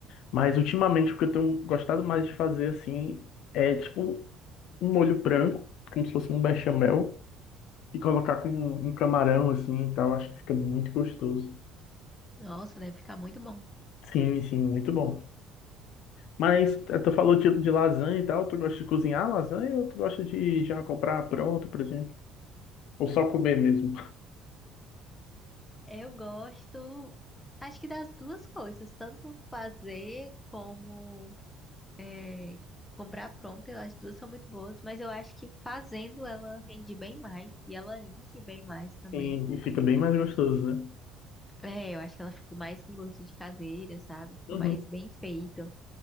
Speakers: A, on the left; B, on the left.
A: Mas ultimamente o que eu tenho gostado mais de fazer assim é tipo um molho branco, como se fosse um bechamel, e colocar com um camarão assim e tal. Acho que fica muito gostoso.
B: Nossa, deve ficar muito bom.
A: Sim, sim, muito bom. Mas eh, tu falou de, de lasanha e tal, tu gosta de cozinhar lasanha ou tu gosta de já comprar pronto, por exemplo? Ou só comer mesmo?
B: Eu gosto, acho que das duas coisas, tanto fazer como É, comprar pronta, eu- as duas são muito boas, mas eu acho que fazendo ela rende bem mais e ela enche bem mais também.
A: Sim, e fica bem mais gostoso, né?
B: É, eu acho que ela fica mais com gosto de caseira, sabe? Fica
A: Uhum.
B: mais bem feito.